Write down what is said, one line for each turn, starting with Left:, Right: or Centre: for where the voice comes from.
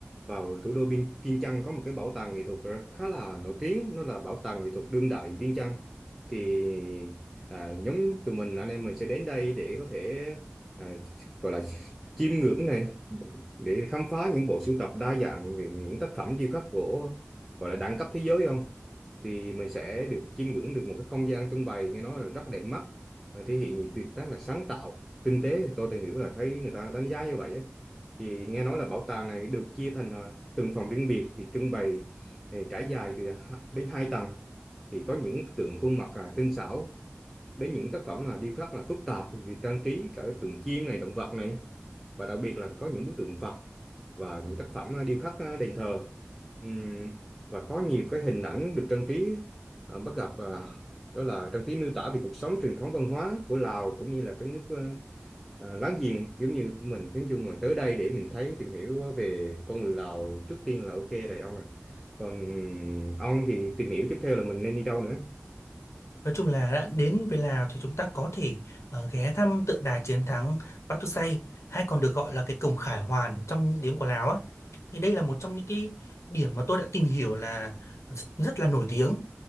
Centre: vào thủ đô Biên Viêng Chăn có một cái bảo tàng nghệ thuật r- khá là nổi tiếng nó là bảo tàng nghệ thuật đương đại Viêng Chăn thì à, nhóm tụi mình anh em mình sẽ đến đây để có thể à, gọi là chiêm ngưỡng này để khám phá những bộ sưu tập đa dạng về những tác phẩm điêu khắc gỗ gọi là đẳng cấp thế giới không thì mình sẽ được chiêm ngưỡng được một cái không gian trưng bày nghe nói là rất đẹp mắt à, thể hiện tuyệt tác là sáng tạo kinh tế thì tôi tìm hiểu là thấy người ta đánh giá như vậy ấy. Thì nghe nói là bảo tàng này được chia thành à, từng phòng riêng biệt thì trưng bày à, trải dài từ hai- đến hai tầng thì có những tượng khuôn mặt là tinh xảo đến những tác phẩm là điêu khắc là phức tạp thì trang trí cả tượng chim này động vật này và đặc biệt là có những bức tượng Phật và những tác phẩm à, điêu khắc à, đền thờ Ừm, và có nhiều cái hình ảnh được trang trí à, bắt gặp à, đó là trang trí miêu tả về cuộc sống truyền thống văn hóa của Lào cũng như là các nước à, à, láng giềng giống như của mình nói chung là tới đây để mình thấy tìm hiểu về con người Lào trước tiên là ok rồi ông ạ còn ông thì tìm hiểu tiếp theo là mình nên đi đâu nữa
Left: Nói chung là đã đến với Lào thì chúng ta có thể ờ, ghé thăm tượng đài chiến thắng Pathusai hay còn được gọi là cái cổng Khải Hoàn trong tiếng của Lào á. Thì đây là một trong những cái điểm mà tôi đã tìm hiểu là rất là nổi tiếng